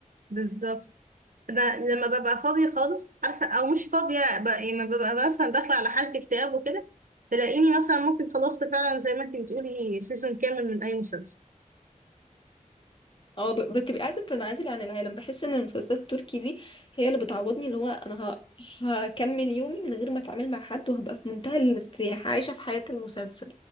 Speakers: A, on the right; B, on the left.
A: بالظبط انا لما ببقى فاضيه خالص عارفه او مش فاضيه ب- لما ببقى مثلا داخله على حاله اكتئاب وكده تلاقيني مثلا ممكن خلصت فعلا زي ما انت بتقولي سيزون كامل من اي مسلسل
B: اه ب- بتبقي عايزه تنعزلي عن العالم بحس ان المسلسلات التركي دي هي اللي بتعوضني اللي هو انا ه- هكمل يومي من غير ما اتعامل مع حد وهبقى في منتهى الارتياح عايشه في حياه المسلسل